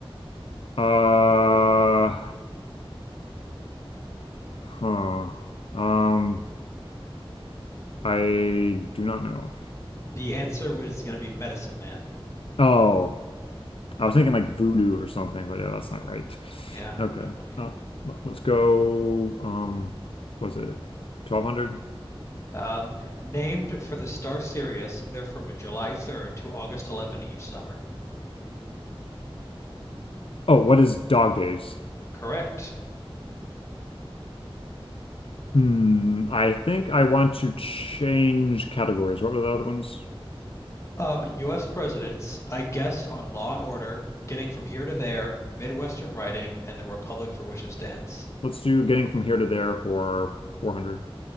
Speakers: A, on the left; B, on the left.
A: Uh, huh. Um, I do not know.
B: The answer was going to be medicine man.
A: Oh, I was thinking like voodoo or something, but yeah, that's not right.
B: Yeah,
A: Okay.
B: 20.
A: Uh, let- let's go. Um, was it 1200?
B: Um, named for the star Sirius, they're from July 3rd to August 11 each summer.
A: Oh, what is dog days?
B: Correct.
A: Hmm. I think I want to change categories. What were the other ones?
B: Um, US presidents, I guessed on Law and Order, Getting from Here to There, Midwestern Writing, and the Republic for which it stands.
A: Let's do getting from here to there for 400.